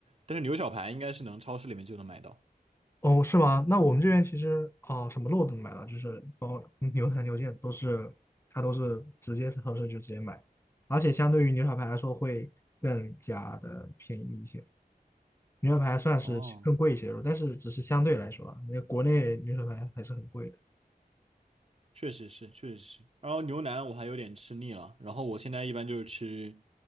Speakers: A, on the right (about 40°); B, on the left (about 15°).
A: 但是牛小排应该是能超市里面就能买到。
B: 哦，是吗？那我们这边其实哦、呃什么肉都能买到，就是包括牛排、牛腱都是，它都是直接在超市就直接买，而且相对于牛小排来说会更加的便宜一些。牛小排算是更贵一些的肉，
A: 哦，
B: 但是只是相对来说啊，那国内牛小排还是很贵的。
A: 确实是，确实是。然后牛腩我还有点吃腻了，然后我现在一般就是吃